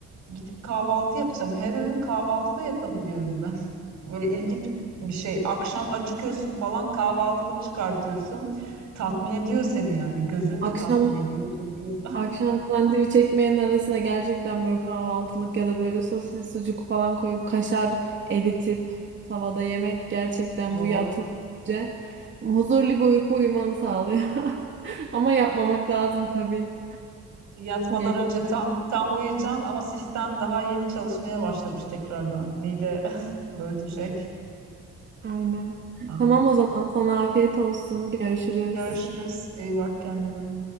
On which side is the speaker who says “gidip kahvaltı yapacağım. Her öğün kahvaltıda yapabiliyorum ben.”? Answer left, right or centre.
Right